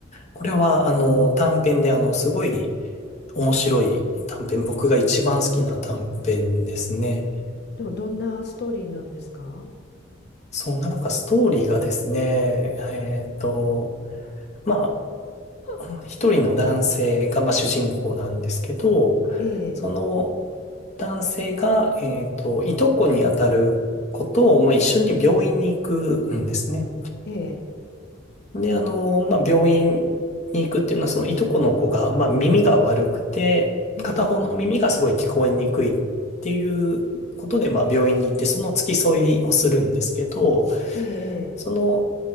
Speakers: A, on the left (about 35°); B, on the left (about 55°).
A: これは、あの、短編で、あの、すごい面白い短編、僕が一番好きな短編ですね。
B: ど、どんなストーリーなんですか
A: そう、なんかストーリーがですね、えっと、まあ、一人の男性が、まあ、主人公なんですけど、
B: ええ、
A: その男性が、えっと、いとこにあたる子と、まあ、一緒に病院に行くんですね。
B: ええ、
A: で、あの、まあ、病院に行くっていうのは、そのいとこの子が、まあ、耳が悪くて、
B: ええ、
A: 片方の耳がすごい聞こえにくいっていうことで、まあ、病院に行って、その付き添いをするんですけど、
B: ええ、
A: その、